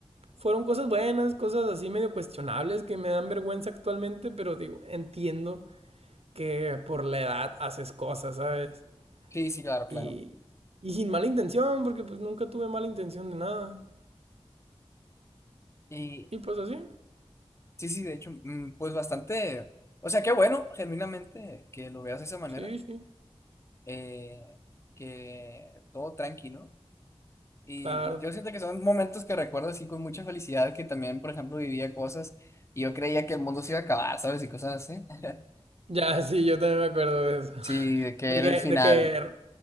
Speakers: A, on the right; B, on the left.
A: Fueron cosas buenas, cosas así medio cuestionables que me dan vergüenza actualmente, pero digo, entiendo que por la edad haces cosas, ¿sabes?
B: sí, sí, claro, claro.
A: Y, y sin mala intención, porque pues nunca tuve mala intención de nada.
B: Y,
A: Y pues así,
B: Sí, sí, de hecho, mm, pues bastante, o sea, qué bueno, genuinamente, que lo veas de esa manera,
A: sí, sí,
B: eh, que todo tranquilo. Y,
A: claro.
B: y yo siento que son momentos que recuerdo así con mucha felicidad, que también, por ejemplo, vivía cosas y yo creía que el mundo se iba a acabar, ¿sabes? Y cosas así. <laughs>
A: Ya, <laughs> sí, yo también me acuerdo de eso. <laughs>
B: Sí, de que
A: De
B: era
A: que,
B: el final,
A: de que